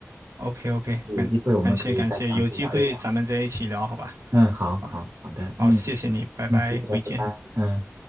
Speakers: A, on the right (about 80°); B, on the right (about 55°).
A: ，OK OK，感感谢感谢，
B: 有机会我们可以再详细聊一聊。
A: 有机会咱们再一起聊，好吧？
B: 嗯，好好好的，
A: 好，好，
B: 嗯
A: 谢谢你，拜拜，
B: 嗯，谢谢，拜拜，
A: 回见。
B: 嗯。